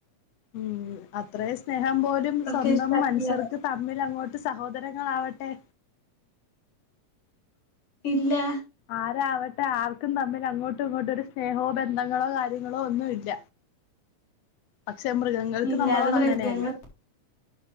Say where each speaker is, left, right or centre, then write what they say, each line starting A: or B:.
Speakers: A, on the left (about 75°); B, on the left (about 50°).
A: ഉം അത്രേ സ്നേഹം പോലും
B: പ്രത്യേകിച്ച്
A: സ്വന്തം
B: പറ്റില്ല
A: മനുഷ്യർക്ക് തമ്മിലങ്ങോട്ട് സഹോദരങ്ങളാവട്ടെ
B: ഇല്ല.
A: ആരാവട്ടെ ആർക്കും തമ്മിൽ അങ്ങോട്ടും ഇങ്ങോട്ടൊരു സ്നേഹവോ ബന്ധങ്ങളോ, കാര്യങ്ങളോ ഒന്നും ഇല്ല. പക്ഷെ മൃഗങ്ങൾക്ക്
B: ഇല്ല
A: നമ്മളോട്
B: അത് മൃഗങ്ങൾ
A: അങ്ങനെയല്ല.